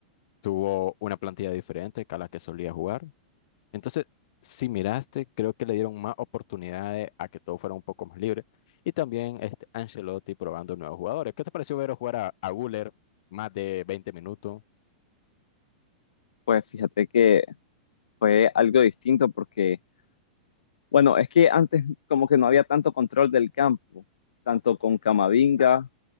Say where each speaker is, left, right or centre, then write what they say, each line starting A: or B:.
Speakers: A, on the left; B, on the left.
A: Tuvo una plantilla diferente que a la que solía jugar. Entonces, si miraste, creo que le dieron más oportunidades a que todo fuera un poco más libre. Y también este Ancelotti probando nuevos jugadores. ¿Qué te pareció ver jugar a, a Güler más de 20 minutos?
B: Pues fíjate que fue algo distinto porque, bueno, es que antes como que no había tanto control del campo, tanto con Camavinga